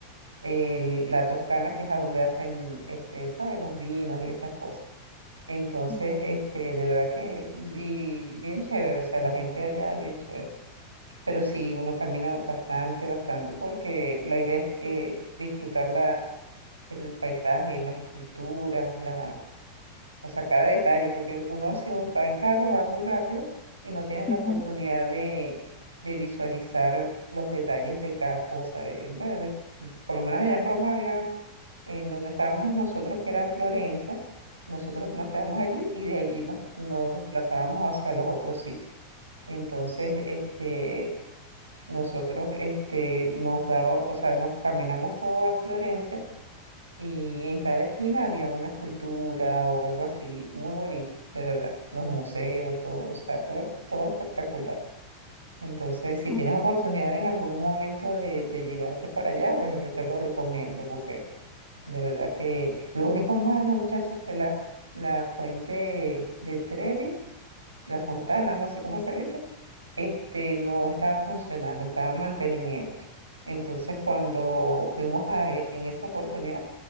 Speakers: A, on the right; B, on the left.
A: el- la Toscana, que es a donde hacen, este, ¿sabes? Los vinos y esas cosas. Entonces,
B: ujú,
A: este, de verdad que, y bien chévere, o sea, la gente allá, bien chévere. Pero sí, uno camina bastante, bastante, porque la idea es eh, disfrutar la, el paisaje, las esculturas, la, o sea, cada detalle, porque uno si un- va en carro va muy rápido y no tienes la
B: mm,
A: oportunidad de, de visualizar los detalles de cada cosa. de- de- de- por lo menos allá en Roma había, en donde estábamos nosotros, que era en Florencia, nosotros nos quedamos allí y de allí nos, nos desplazábamos hacia los otros sitios. Entonces, este, nosotros este, nos daba, o sea, nos caminamos todo a Florencia y en cada esquina había una escultura o algo así, muy bonito, de verdad. Los museos, todo, o sea, todo, todo espectacular. Entonces, si
B: ujú,
A: tienes oportunidad en algún momento de, de llegarte para allá, bueno, yo te lo recomiendo porque de verdad que lo único malo, muchachos, es que la, la fuente de Trevi la fontana, no sé cómo se le dice, este, no estaba funcionando, estaba en mantenimiento. Entonces, cuando fuimos a, e- en esa oportunidad,